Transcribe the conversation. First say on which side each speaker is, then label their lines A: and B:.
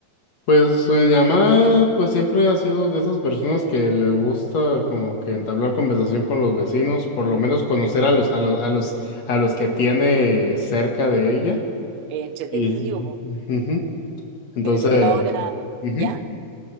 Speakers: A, on the left (about 50°); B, on the right (about 80°).
A: Pues eh, mi mamá, pues siempre ha sido de esas personas que les gusta como que entablar conversación con los vecinos, por lo menos conocer a los, a los, a los, a los que tiene cerca de ella.
B: Eh, Entretenido,
A: Y,
B: po.
A: ujú. Entonces,
B: Pero yo ahora,
A: ujú,
B: ¿ya?